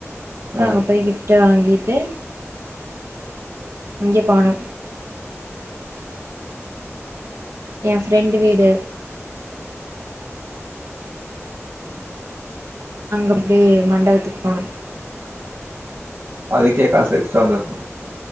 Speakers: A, on the right; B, on the right.
A: ஆ
B: அங்க போய் கிப்ட் வாங்கிட்டு இங்கே பானம் என் ஃப்ரெண்டு வீடு அங்க அப்டியே மண்டபத்துக்கு போனோ
A: அதுக்கே காசு எக்ஸ்ட்ரா வந்திருக்கு